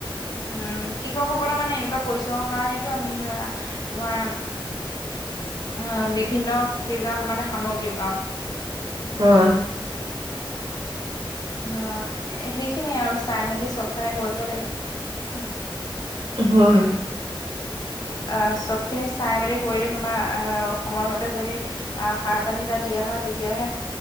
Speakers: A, on the left; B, on the right.
A: উম কৃষকসকলৰ মানে এনেকুৱা পৰিশ্ৰমৰ কাৰণেতো আমি ধৰা তোমাৰ অ বিভিন্ন পিজাত মানে সামগ্ৰী পাওঁ।
B: হয়।
A: অ, সেইখিনি আৰু চাই মেলি চবফালে কৰিব লাগে বাচ।
B: হয়' হয়।
A: আহ চবখিনি চাই মেলি কৰিলে তোমাৰ আহ সময়মতে যদি আহ সাৰ, পানী তাত দিয়া হয় তেতিয়াহে